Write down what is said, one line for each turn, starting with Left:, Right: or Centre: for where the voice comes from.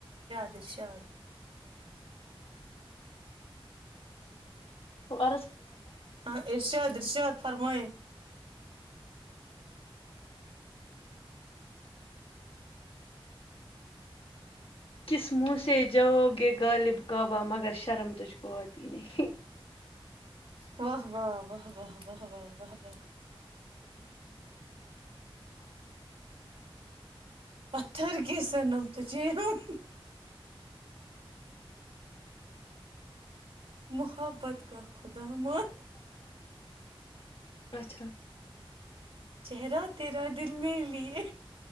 Right: درشاان
Left: تو اور
Right: ہاں عرشت عرشیات فرمئی
Left: س موسی جاؤ گ غالب کابہ مگر شرمتج قوط نہیں
Right: و واہ واہ واہ واہ واہ واہ وا پتر کی کی سر نم تو جے ہم محبت کا خدا م
Left: اچھا
Right: چہرہ تیرہ دن میر لیے